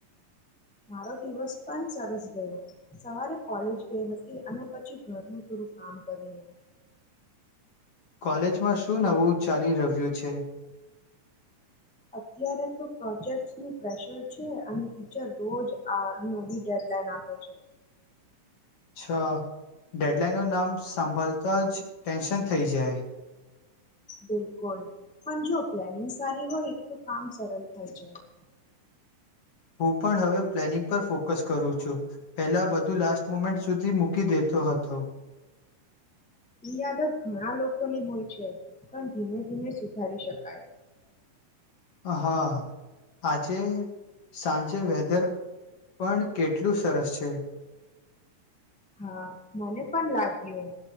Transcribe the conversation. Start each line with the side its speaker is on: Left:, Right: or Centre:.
Centre: મારો દિવસ પણ સરસ ગયો સવારે કોલેજ ગઈ હતી અને પછી ઘરનું થોડું કામ કર્યું.
Left: કોલેજમાં શું નવું ચાલી રહ્યું છે.
Centre: અત્યારે તો પ્રોજેક્ટ્સનું પ્રેશર છે અને ટીચર રોજ આ નવી ડેડલાઇન આપે છે.
Left: અચ્છા ડેડલાઈન નામ સાંભળતા જ ટેન્શન થઈ જાય છે.
Centre: બિલકુલ પણ જો પ્લાનિંગ સારી હોય તો કામ સરળ થઈ જાય.
Left: હું પણ હવે પ્લાનિંગ પર ફોકસ કરું છું પહેલા બધું લાસ્ટ મોમેન્ટ સુધી મૂકી દેતો હતો.
Centre: ઈ આદત ઘણા લોકોની હોય છે પણ ધીમે ધીમે સુધારી શકાય.
Left: હા આજે. સાંજે વેધર પણ કેટલું સરસ છે.
Centre: હા મને પણ લાગ્યું